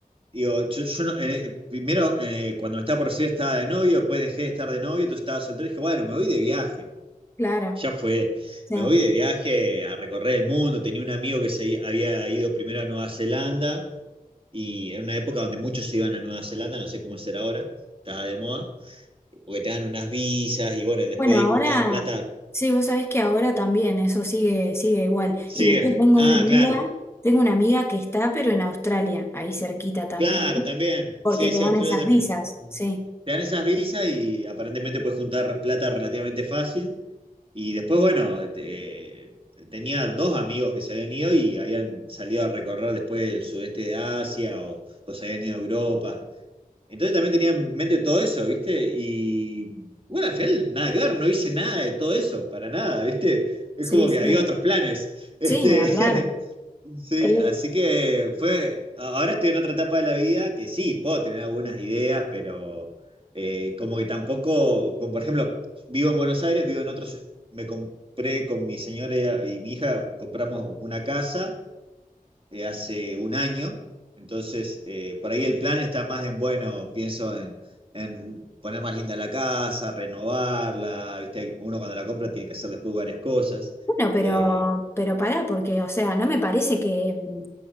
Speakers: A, on the right; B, on the left.
A: digo, yo, yo no- eh, primero eh, cuando me estaba por recibir estaba de novio, después dejé de estar de novio, entonces estaba soltero. y Dije, bueno, me voy de viaje.
B: Claro.
A: Ya fue,
B: sí.
A: me voy de viaje a recorrer el mundo. Tenía un amigo que se i- había ido primero a Nueva Zelanda y en una época donde muchos se iban a Nueva Zelanda, no sé cómo será ahora, estaba de moda porque te dan unas visas y bueno, después
B: Bueno,
A: de ahí
B: ahora,
A: juntabas plata,
B: sí, vos sabés que ahora también eso sigue, sigue igual.
A: siguen.
B: Y de hecho tengo
A: Ah,
B: una amiga,
A: claro,
B: tengo una amiga que está, pero en Australia, ahí cerquita también,
A: claro, también.
B: porque
A: Sí,
B: te
A: sí,
B: dan
A: Australia
B: esas
A: también.
B: visas, sí.
A: Te dan esas visas y aparentemente puedes juntar plata relativamente fácil. Y después, bueno, te- tenía dos amigos que se habían ido y habían salido a recorrer después el sudeste de Asia o, o se habían ido a Europa. Entonces también tenía en mente todo eso, ¿viste? Y bueno, al final nada que ver, no hice nada de todo eso, para nada, ¿viste? Es
B: Sí,
A: como
B: sí.
A: que había otros planes. Este,
B: Sí, ni hablar.
A: <laughs> sí,
B: Eh,
A: así que fue, a- ahora estoy en otra etapa de la vida que sí, puedo tener algunas ideas, pero eh, como que tampoco, como por ejemplo, vivo en Buenos Aires, vivo en otros, me compré con mi señora y y mi hija, compramos una casa eh, hace un año. Entonces, eh, por ahí el plan está más en, bueno, pienso en, en poner más linda la casa, renovarla, ¿viste? Uno cuando la compra tiene que hacer después varias cosas.
B: Bueno, pero,
A: Eh,
B: pero pará, porque, o sea, no me parece que mm,